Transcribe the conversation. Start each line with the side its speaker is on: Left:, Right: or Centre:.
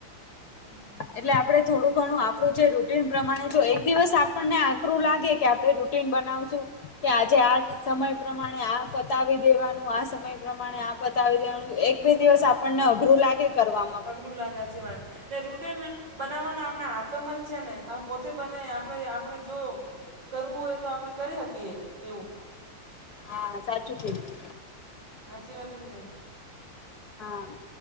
Right: <inaudible>
Left: એટલે આપણે થોડું ઘણું આપણુ જે રૂટીન પ્રમાણે જો એક દિવસ આપણને આકરું લાગે કે આપણે રૂ ટીન બનાવશુ કે આજે આ સમય પ્રમાણે આ પતાવી દેવાનું આ સમય પ્રમાણે આ પ પતાવી દેવાનુ એક બે દિવસ આપણને અઘરું લાગે કરવાવામાં
Right: અઘરું લાગે સાચી વાત ને રૂટેને બનાવવાના આપણા હાથમાં જ છે ને પોતે બનાય આપણે આપણે જોવો કરવું હોય તો આપણે કરી શકીએ એવું
Left: હા સાચું કીધું.
Right: હાચી વાત કે નઈ
Left: હા